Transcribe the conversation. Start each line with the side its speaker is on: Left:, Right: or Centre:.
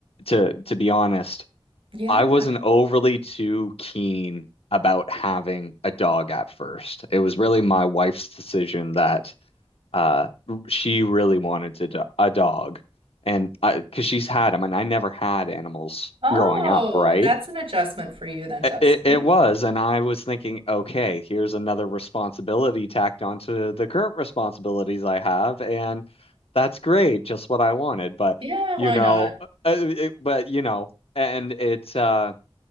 Left: to to be honest,
Right: Yeah.
Left: I wasn't overly too keen about having a dog at first. It was really my wife's decision that uh she really wanted to do a dog. And I, because she's had them, and I never had animals
Right: Oh,
Left: growing up, right?
Right: that's an adjustment for you then,
Left: It,
Right: Justin.
Left: it it was, and I was thinking, okay, here's another responsibility tacked onto the current responsibilities I have, and that's great, just what I wanted. But
Right: Yeah,
Left: you
Right: why
Left: know,
Right: not?
Left: uh, uh, it, but you know, and it uh,